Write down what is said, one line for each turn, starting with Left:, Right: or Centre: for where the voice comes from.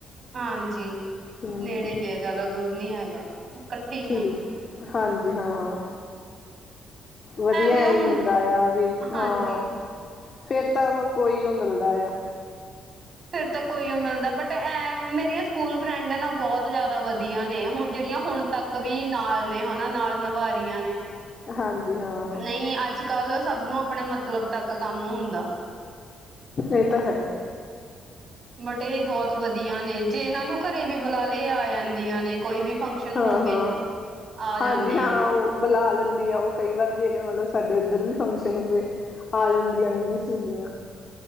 Right: ਹਾਂਜੀ-
Left: ਹਮ
Right: ਨੇੜੇ ਈ ਐ। ਜ਼ਿਆਦਾ ਦੂਰ ਨੀ ਹੈਗਾ। ਇਕੱਠੇ
Left: ਠੀਕ
Right: ਈ ਆ।
Left: ਹਾਂਜੀ ਹਾਂ। ਵਧੀਆ
Right: ਐਵੇਂ
Left: ਏਂਈ
Right: ਉਹ
Left: ਹੁੰਦਾ ਆ ਵੀ
Right: ਹਾਂਜੀ
Left: ਹਾਂ- ਫੇਰ ਤਾਂ ਉਹ ਕੋਈ ਉਹ ਮਿਲਦਾ ਆ।
Right: ਫਿਰ ਤੋਂ ਕੋਈ ਓ ਮਿਲਦਾ, ਬਟ ਐ ਮੇਰੀਆਂ ਸਕੂਲ ਫਰੈਂਡ ਨਾ ਬਹੁਤ ਜ਼ਿਆਦਾ ਵਧੀਆ ਨੇ। ਹੁਣ ਜਿਹੜੀਆਂ ਹੁਣ ਤੱਕ ਵੀ ਨਾਲ ਨੇ ਹਨਾ, ਨਾਲ ਨਿਭਾ ਰੀਆਂ ਨੇ
Left: ਹਾਂਜੀ ਹਾਂ
Right: ਨਈ ਅੱਜ ਕੱਲ ਸਭ ਨੂੰ ਆਪਣੇ ਮਤਲਬ ਤੱਕ ਕੰਮ ਹੁੰਦਾ।
Left: ਇਹ ਤਾਂ ਹੈ
Right: ਬਟ ਇਹ ਬਹੁਤ ਵਧੀਆ ਨੇ, ਜੇ ਇਨਾਂ ਨੂੰ ਘਰੇ ਵੀ ਬੁਲਾ ਲਏ ਏ ਆ ਜਾਂਦੀਆਂ ਨੇ ਕੋਈ ਵੀ ਫੰਕਸ਼ਨ
Left: ਹਾਂ
Right: ਹੋਵੇ
Left: -ਹਾਂ
Right: ਆ ਜਾਂਦੀਆਂ
Left: ਹਾਂਜੀ ਹਾਂ
Right: ਨੇ
Left: ਉਹ ਬੁਲਾ ਲੈਂਦੀ ਆ ।ਉਹ ਕਈ ਵਾਰ ਜੇਕਰ ਮਤਲਬ ਸਡ ਇੱਧਰ ਵੀ ਫੰਕਸ਼ਨ ਹੋਵੇ ਆ ਜਾਂਦੀਆਂ ਮੇਰੀਆਂ ਸਹੇਲੀਆਂ